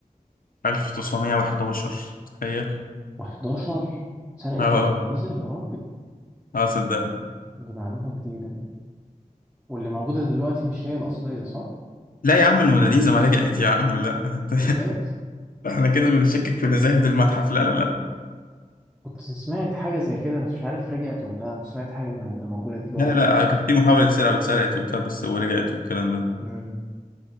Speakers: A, on the left (about 80°); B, in the centre.
A: 1911 تخيل
B: و11 سرقت
A: اه
B: الموناليزا يا راجل
A: اه صدق
B: دي معلومة جديدة دي واللي موجودة دلوقتي مش هي الأصلية صح؟
A: لا يا عم الموناليزا ما رجعت يا عم لا <laughs> انت
B: رجعت
A: احنا كده بنشكك في نزاهة المتحف لا لا لا
B: كنت سمعت حاجة زي كده بس مش عارف رجعت ولا لا كنت سمعت حاجة إن اللي موجودة دلوقتي
A: لا لا
B: دي مش
A: كان في محاولة سرقة واتسرقت وبتاع بس ورجعت والكلام ده
B: مم.